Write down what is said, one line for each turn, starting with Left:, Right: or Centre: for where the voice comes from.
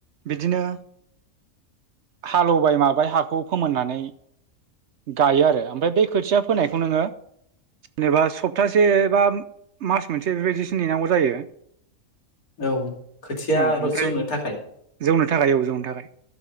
Right: बिदिनो हालेवबाय मा बाय हाखौ फोमोननानै गायो आरो, ओमफ्राय बे खोथिया फोनायखौ नोङो जेनेबा सप्तासे एबा मास मोनसे बेबायदि नेनांगौ जायो
Left: औ खोथिया
Right: ओ ओमफ्राय
Left: जौनो थाखाय
Right: जौनो नो थाखाय औ जौनो थाखाय